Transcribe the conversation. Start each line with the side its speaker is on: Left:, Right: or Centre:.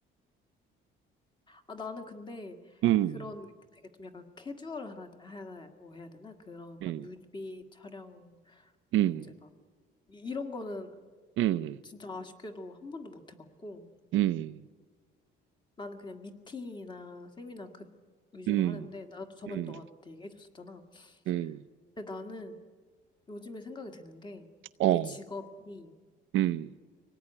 Left: 아, 나는 근데
Right: 음,
Left: 그런 되게 좀 약간 캐주얼하다고 해야 되나? 그런
Right: 음,
Left: 막 뮤비 촬영
Right: 음,
Left: 뭐 이제 막 이- 이런 거는
Right: 음,
Left: 진짜 아쉽게도 한 번도 못 해봤고.
Right: 음,
Left: 나는 그냥 미팅이나 세미나 그 위주로
Right: 음,
Left: 하는데 나도 저번에
Right: 음,
Left: 너가 얘기해줬었잖아.
Right: 음,
Left: 근데 나는 요즘에 생각이 드는 게
Right: 어,
Left: 우리 직업이
Right: 음,